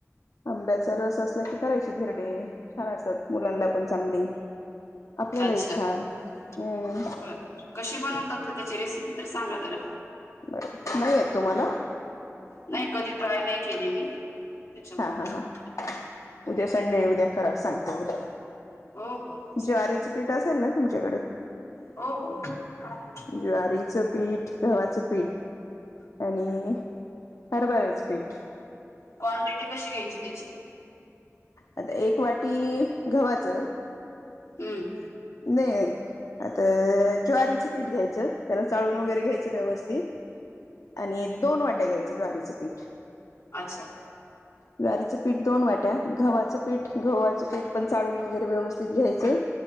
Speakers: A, on the left; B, on the left.
A: आंब्याचा रस असला की करायची धिरडे छान असतात मुलांना पण चांगली. आपल्यालाही
B: अच्छा
A: छान
B: बर
A: हम्म
B: बर कशी बनवतात त्याची रेसिपी तर सांगा जरा.
A: बर नाही येत तुम्हाला.
B: नाही कधी ट्राय नाही केली मी त्याच्यामुळे
A: हा हा हा उद्या संडे हाय उद्या करा सांगतेो मी
B: हो हो हो सांगा
A: ज्वारीचं
B: ना.
A: पीठ असेल ना तुम तुमच्याकडे
B: हो हो आहे
A: ज्वारीचं पीठ गव्हाचं पीठ आणि हरभऱ्याचं पीठ
B: क्वांटिटी कशी घ्यायची त्याची
A: आता एक वाटी गव्हाच
B: हम्म
A: नाही आता ज्वारीचं पीठ घ्यायच त्याला चाळून वगैरे घ्यायचं व्यवस्थित आणि दोन वाट्या घ्यायचं ज्वारीचं पीठ
B: अच्छा
A: ज्वारीचं पीठ दोन वाट्या गव्हाचं पीठ गव्हाचं पीठ पण चाळून वगैरे व्यवस्थित घ्यायचं